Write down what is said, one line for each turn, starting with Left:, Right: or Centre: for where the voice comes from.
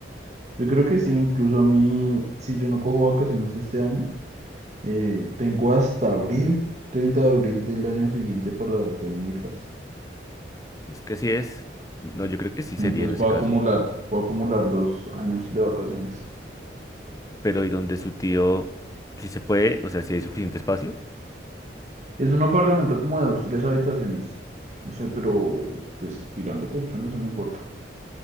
Right: Yo creo que sí, incluso a mí, si yo no cojo vacaciones este año, eh, tengo hasta abril, 30 de abril del año siguiente para redimirlas.
Left: Es que así es. No, yo creo que sí
Right: Entonces
Left: sería en ese
Right: puedo
Left: caso.
Right: acumular, puedo acumular dos años de vacaciones.
Left: pero y donde su tío, si se puede, o sea, si hay suficiente espacio,
Right: Es un apartamento como de dos, tres habitaciones. No sé, pero pues tirando colchones no importa.